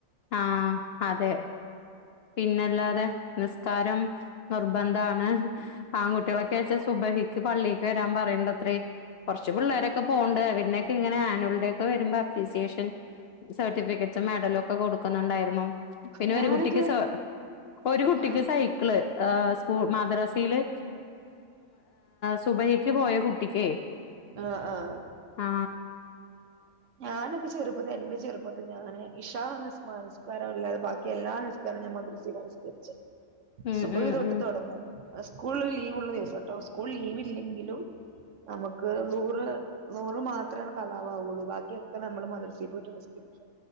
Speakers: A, on the left (about 65°); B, on the right (about 65°).
A: ആ, അതെ പിന്നല്ലാതെ നിസ്കാരം നിർബദ്ധാണ്. ആൺകുട്ടികളൊക്കെ വച്ചാ സുബഹിക്ക് പള്ളിക്ക് വരണം പറയണ്ടത്രേ, കുറച്ച് പിള്ളരൊക്കെ പോണണ്ട് അവനെയക്കെ ഇങ്ങനെ ആനുവൽഡേ ഒക്കെ വരുമ്പോ അപ്രിസിയേഷൻ, സർട്ടിഫിക്കറ്റ്സും മെഡലും ഒക്കെ കൊടുക്കുന്നുണ്ടായിരുന്നു. പിന്നെ
B: ഞാനൊക്കെ
A: ഒരു കുട്ടിക്ക് ഒരു കുട്ടിക്ക്
B: ആഹ്
A: സൈക്കിള് സ്കൂൾ മാദ്രസയില് സുബൈ പോയ കുട്ടക്ക്
B: ആഹ് ആഹ്
A: ആ
B: ഞാനൊക്കെ ചെറുപ്പത്തി എന്റെ ചെറുപ്പത്തി ഞാന് ഇഷാ നിസ്കാരം ഇല്ലാതെ ബാക്കി എല്ലാ മദ്രസെ നിസ്കരിച്ചു
A: ഉം
B: സുബ്ഹി
A: ഉം
B: തൊട്ട്
A: ഉം
B: തുടങ്ങും സ്കൂൾ ലീവ് ഉള്ള ദിവസം കേട്ടോ സ്കൂൾ ലീവ് ഇല്ലെങ്കിലും നമുക്ക് ളുഹർ ളുഹർ മാത്രാണ് കളാആവുള്ളു വാക്കി ക്യൊക്കെ നമ്മള് മദർസീ പോയ്ട്ട് സ്കരിക്ക